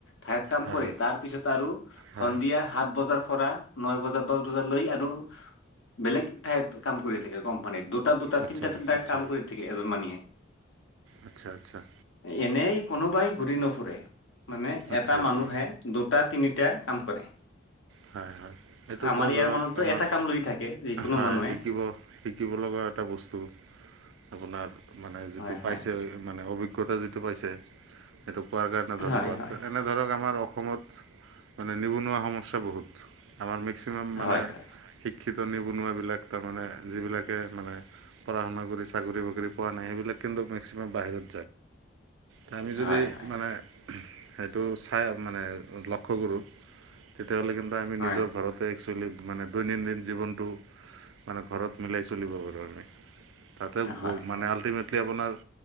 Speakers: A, on the left; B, on the right.
A: ঠাইত কাম
B: হয়
A: কৰে তাৰ পিছত আৰু
B: হয়
A: সন্ধিয়া সাত বজাৰ পৰা ন বজা দহ বজালৈ আৰু বেলেগ ঠাইত কাম কৰি থাকে কোম্পানীত দুট দুটা-দুটা
B: আচ্ছা
A: তিনটা-তিনটা
B: আচ্ছা।
A: কাম কৰি থাকে এজন মানিহে।
B: আচ্ছা', আচ্ছা',।
A: এনেই কোনোবাই ঘূৰি নুফুৰে মানে
B: আচ্ছা
A: এটা
B: আচ্ছা
A: মানুহে দুটা তিনিটা কাম কৰে
B: হয় এইটোত
A: আমাৰ ইয়াৰ
B: ধৰক
A: মানুহতো
B: আমাৰ
A: এটা কাম লৈ থাকে যিকোনো
B: হয়
A: মানুহে
B: শিকিব শিকিব লগা এটা বস্তু আপোনাৰ মানে যিটো
A: হয়
B: পাইছে
A: হয়
B: মানে অভিগ জ্ঞতা যিটো পাইছে সেইটো কোৱাৰ কাৰণে ধন্যবাদ
A: হয় হয়
B: তাকে মানে ধৰক আমাৰ অসমত মানে নিবনুৱা সমস্যা বহুত আমাৰ মেক্সিমাম মানে
A: হয় হয়
B: শিক্ষিত নিবনুৱাবিলাক তাৰমানে যিবিলাকে মানে পঢ়া শুনা কৰি চাকৰি বাকৰি পোৱা নাই সেইবিলাক কিন্তু মেক্সিমাম বাহিৰত তা আমি যদি
A: হয় হয় হয়
B: মানে সেইটো চাই মানে লক্ষ্য কৰোঁ তেতিয়াহ'লে কিন্তু আমি
A: হয়
B: নিজৰ ঘৰত তে একচুৱেলি মানে দৈনন্দিন জীৱনটো মানে ঘৰত মিলাই চলিব পাৰোঁ আমি তাতে গৌ
A: হয় হয় হয়
B: মানে আল্টিমেট তে আপোনাৰ